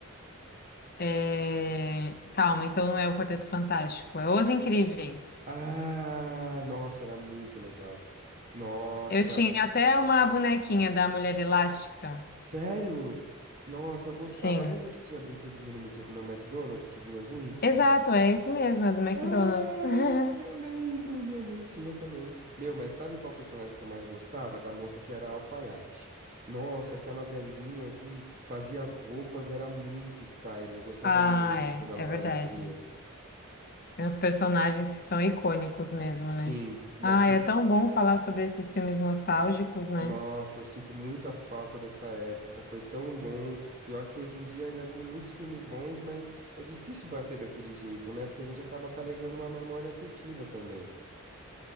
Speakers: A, on the left (about 45°); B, on the right (about 40°).
A: É, Calma, então não é o Quarteto Fantástico, é Os Incríveis.
B: Ah, nossa, era muito legal. Nossa,
A: Eu tinha até uma bonequinha da Mulher Elástica.
B: sério? Nossa, eu gostava.
A: Sim.
B: Lembra que tinha brinquedinho no, Mickey- no McDonald's que vinha junto?
A: Exato, é esse mesmo, é do McDonald's.
B: Ah,
A: <laughs>
B: eu lembro, minha mãe tinha também. Meu, mas sabe qual personagem que eu mais gostava? Da moça que era alfaiate. Nossa, aquela velhinha que fazia as roupas era muito style. Eu gostava
A: Ah,
B: muito
A: é,
B: quando ela
A: é
B: aparecia.
A: verdade. Tem uns personagens que são icônicos mesmo,
B: Sim,
A: né?
B: e
A: Ah,
B: aquele.
A: é tão bom falar sobre esses filmes nostálgicos, né?
B: Nossa, eu sinto muita falta dessa época. Foi tão bom. Pior que hoje em dia ainda tem muitos filmes bons, mas é difícil bater daquele jeito, né? Porque a gente acaba carregando uma memória afetiva também.